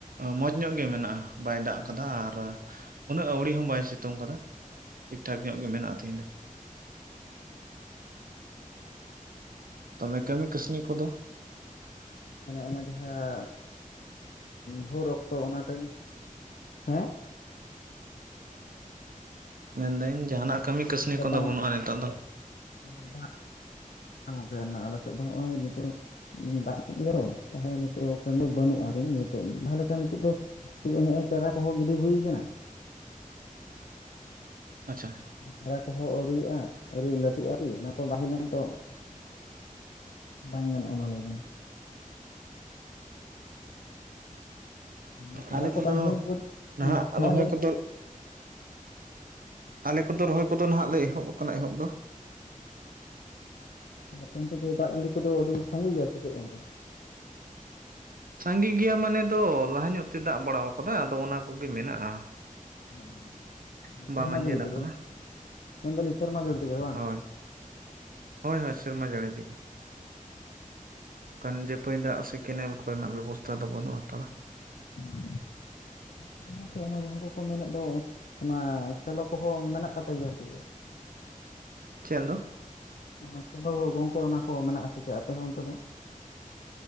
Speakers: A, on the right (about 80°); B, on the left (about 80°).
A: ᱢᱚᱸᱡᱽ ᱧᱚᱜ ᱜᱮ ᱢᱮᱱᱟᱜᱼᱟ, ᱵᱟᱭ ᱫᱟᱜ
B: ᱦᱮᱸ
A: ᱠᱟᱫᱟ᱾ ᱟᱨ ᱩᱱᱟᱹᱜ ᱟᱹᱣᱲᱤ ᱦᱚᱸ ᱵᱟᱭ ᱥᱤᱛᱩᱝ ᱟᱠᱟᱫᱟ, ᱴᱷᱤᱠ ᱴᱷᱟᱠ ᱧᱚᱜ ᱜᱮ ᱢᱮᱱᱟᱜ-ᱟ ᱛᱮᱦᱮᱧ ᱫᱚ ᱛᱚᱢᱮ ᱠᱟᱹᱢᱤ ᱠᱟᱹᱥᱱᱤ ᱠᱚᱫᱚ
B: ᱢᱟᱱᱮ ᱚᱱᱮ ᱡᱟᱦᱟᱸ ᱵᱷᱳᱨ ᱚᱠᱛᱚ ᱚᱱᱟ ᱴᱟᱭᱤᱢ ᱦᱮᱸ
A: ᱢᱮᱱᱫᱟᱹᱧ ᱡᱟᱦᱟᱱᱟᱜ ᱠᱟᱹᱢᱤ ᱠᱟᱹᱥᱱᱤ
B: ᱦᱮ ᱜᱟᱢᱠᱮ
A: ᱠᱚᱫᱚ
B: ᱵᱟᱝ ᱟᱡᱟᱢᱟᱜ
A: ᱵᱟᱹᱱᱩᱜᱼᱟ ᱱᱤᱛᱚᱜ ᱫᱚ
B: ᱠᱟᱱᱟ ᱦᱚᱸ ᱵᱟ ᱦᱮᱸ ᱜᱚᱝᱠᱮ ᱟᱱᱟ ᱟᱞᱮ ᱥᱮᱫ ᱫᱚ ᱱᱚᱛᱳᱜ ᱫᱟᱜ ᱠᱮᱜ ᱨᱮᱦᱚᱸ ᱛᱟᱦᱚᱞᱮ ᱱᱤᱛᱚᱜ ᱮᱠᱷᱚᱱ ᱫᱚ ᱵᱟᱹᱱᱩᱜᱼᱟ ᱨᱤᱱ ᱱᱤᱛᱳᱜ ᱢᱤᱫ ᱫᱷᱟᱣ ᱞᱮᱠᱟ ᱱᱤᱛᱳᱜ ᱫᱚ ᱛᱳᱦᱮᱜ ᱮ ᱪᱟᱨᱟ ᱠᱚᱦᱚᱸ ᱜᱤᱰᱤ ᱦᱩᱭ ᱟᱠᱟᱱᱟ
A: ᱟᱪᱪᱷᱟ
B: ᱪᱲᱟ ᱠᱚᱦᱚᱸ ᱟᱹᱣᱩᱭᱼᱟ ᱟᱨᱣᱨᱤ ᱞᱟᱹᱴᱩᱜ ᱟᱨᱠᱤ ᱚᱱᱟ ᱠᱚ ᱵᱟᱝ ᱦᱩᱭ ᱞᱮᱱ ᱫᱚ ᱵᱟᱝ ᱜᱟᱱᱚᱜᱼᱟ ᱢᱟ ᱞᱟᱹᱭ ᱵᱤᱱ ᱚᱱᱟ ᱪᱟᱨᱟ
A: ᱟᱞᱮ
B: ᱠᱚ
A: ᱠᱚᱫᱚ
B: ᱵᱟᱝ ᱦᱩᱭ
A: ᱱᱟᱦᱟᱜ
B: ᱦᱮᱸ
A: ᱨᱚᱦᱚᱭ
B: ᱞᱟᱹᱭ
A: ᱠᱚᱫᱚ ᱟᱞᱮ ᱠᱚᱫᱚ ᱨᱚᱦᱚᱭ ᱠᱚᱫᱚ ᱱᱟᱦᱜ ᱞᱮ ᱮᱦᱚᱵ ᱟᱠᱟᱱᱟ ᱮᱦᱚᱵ ᱫᱚ
B: ᱟᱯᱮ ᱚᱱᱛᱮ ᱫᱚ ᱫᱟᱜ ᱡᱟᱹᱲᱤ ᱠᱚᱫᱚ ᱟᱹᱰᱤ ᱥᱟᱸᱜᱮ ᱜᱮᱭᱟ ᱥᱮ ᱪᱮᱫ ᱜᱚᱝᱠᱟ?
A: ᱥᱟᱸᱜᱮ ᱜᱮᱭᱟ ᱢᱟᱱᱮ ᱫᱚ ᱞᱟᱦᱟ ᱧᱚᱜ ᱛᱮ ᱫᱟᱜ ᱵᱟᱲᱟ ᱠᱟᱫᱟ ᱟᱫᱚ ᱚᱱᱟ ᱠᱚᱜᱮ ᱢᱮᱱᱟᱜᱼᱟ᱾
B: ᱚ
A: ᱵᱟᱝ
B: ᱥᱮᱨᱢᱟ
A: ᱟᱸᱡᱮᱫ
B: ᱡᱟᱲᱤ
A: ᱟᱠᱟᱱᱟ
B: ᱛᱮ ᱜᱚ ᱢᱮᱱᱫᱟᱞᱤᱧ ᱥᱮᱨᱢᱟ ᱡᱟᱲᱤ ᱛᱮ ᱜᱮ ᱵᱟᱝ
A: ᱦᱳᱭ ᱦᱳᱭ ᱦᱳ ᱥᱮᱨᱢᱟ ᱡᱟᱱᱤ ᱛᱮ ᱜᱮ ᱚᱱᱠᱟᱱ ᱡᱟᱹᱯᱟᱹᱭ ᱫᱟᱜ ᱥᱮ ᱠᱮᱱᱮᱞ ᱠᱚᱨᱮᱱᱟᱜ ᱵᱮᱵᱚᱥᱛᱟ ᱫᱚ ᱵᱟᱹᱱᱩᱜ ᱦᱟᱛᱟᱲᱟ
B: ᱚᱻᱻ ᱟᱫᱚ ᱜᱟᱝᱠᱮ ᱚᱱᱟ ᱡᱟᱦᱟᱸ ᱠᱚᱠᱚ ᱢᱮᱱᱮᱫ ᱫᱚ ᱚᱱᱟ ᱥᱮᱞᱚᱠ ᱠᱚᱦᱚᱸ ᱢᱮᱱᱟᱜ ᱛᱟᱯᱮ ᱜᱮᱭᱟ ᱥᱮ
A: ᱪᱮᱫ ᱫᱚ?
B: ᱚᱱᱚ ᱥᱮᱞᱚ ᱜᱚᱝᱠᱮ ᱚᱱᱟ ᱠᱚ ᱢᱮᱱᱟᱜ ᱟᱥᱮ ᱪᱮᱫ ᱟᱯᱮ ᱦᱚᱸ ᱚᱱᱛᱮ ᱫᱚ?